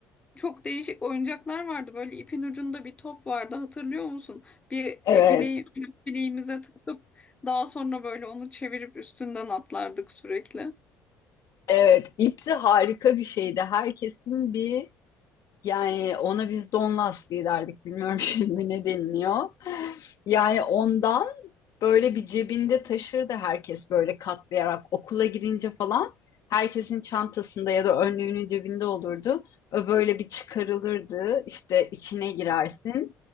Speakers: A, on the left (about 15°); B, on the left (about 55°).
A: çok değişik oyuncaklar vardı. Böyle ipin ucunda bir top vardı. Hatırlıyor musun? Bir
B: Evet,
A: e, bileği, bileğimize takıp daha sonra böyle onu çevirip üstünden atlardık sürekli.
B: evet. İp harika bir şeydi. Herkesin bir yani ona biz don lastiği derdik. Bilmiyorum <laughs> şimdi ne deniliyor. Yani ondan böyle bir cebinde taşırdı herkes böyle katlayarak okula gidince falan herkesin çantasında ya da önlüğünün cebinde olurdu. O böyle bir çıkarılırdı işte içine girersin.